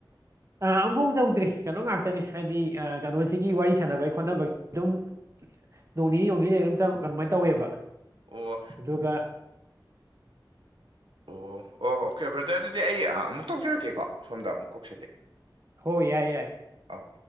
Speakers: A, on the right; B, on the right.
A: ꯑ ꯑꯃꯐꯥꯎ ꯆꯧꯗ꯭ꯔꯤ ꯀꯩꯅꯣ ꯉꯥꯛꯇꯅꯦ ꯍꯥꯏꯗꯤ ꯀꯩꯅꯣꯁꯤꯒꯤ ꯋꯥꯔꯤ ꯁꯥꯟꯅꯕꯒꯤ ꯈꯣꯠꯅꯕꯒꯤ ꯑꯗꯨꯝ ꯅꯣꯡꯅꯤꯅꯤ ꯅꯣꯡꯅꯤꯅꯤ ꯑꯗꯨꯝ‌ ꯀꯃꯥꯏꯅ ꯇꯧꯋꯦꯕ
B: ꯑꯣ
A: ꯑꯗꯨꯒ
B: ꯑꯣ ꯑꯣ ꯑꯣꯀꯦ ꯕ꯭ꯔꯗ ꯑꯗꯨꯗꯤ ꯑꯩ ꯑꯃꯨꯛ ꯇꯧꯖꯔꯛꯀꯦꯀꯣ ꯁꯣꯝꯗ ꯑꯃꯨꯛ ꯀꯧꯁꯜꯂꯛꯑꯦ
A: ꯍꯣꯏ ꯌꯥꯏ ꯌꯥꯏ
B: ꯑꯧ